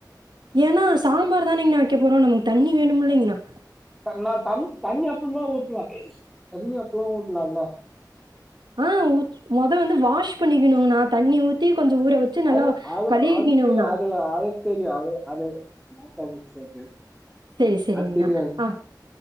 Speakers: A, on the right; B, in the centre.
A: என்னா சாம்பார் தானேங்னா வெக்க போறோ நமக்கு தண்ணி வேணும்ல்லைங்கனா
B: நா தண் தண்ணி அப்பறமா ஊத்தலா தண்ணி அப்பறமா ஊத்தலால்ல
A: ஆ ஊத் மொத வந்து வாஷ் பண்ணிக்கணுங்னா தண்ணி ஊத்தி கொஞ்சோ ஊற வச்சு நல்லா
B: அது அது
A: கழுவிக்கணுங்கண்ணா
B: அது தெரியு அதுல தெரியு அது அது <unintelligible>
A: சேரி சேரிங்ணா
B: அது தெரியாது
A: ஆ